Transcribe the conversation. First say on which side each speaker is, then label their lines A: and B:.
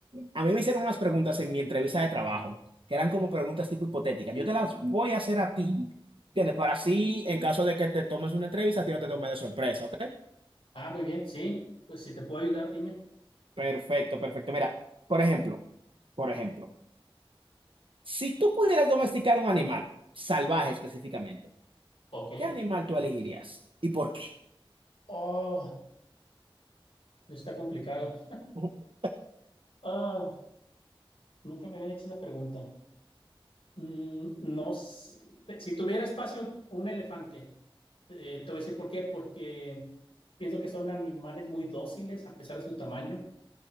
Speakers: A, on the right; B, on the left.
A: a mí me hicieron unas preguntas en mi entrevista de trabajo, que eran como preguntas tipo hipotéticas. Yo te las voy a hacer a ti, ¿entiendes? Para así, en caso de que te tomes una entrevista, a ti no te tomes de sorpresa, ¿ok?
B: Ah, muy bien. Sí, pues si te puedo ayudar, dime.
A: Perfecto, perfecto. Mira, por ejemplo, por ejemplo, si tú pudieras domesticar un animal, salvaje específicamente,
B: Ok.
A: ¿Qué animal tú elegirías y por qué?
B: Oh, está complicado.
A: <laughs>
B: Ah, nunca me habían hecho esa pregunta. Mm, no, sé. si tuviera espacio un elefante, eh, te voy a decir por qué. Porque pienso que son animales muy dóciles a pesar de su tamaño,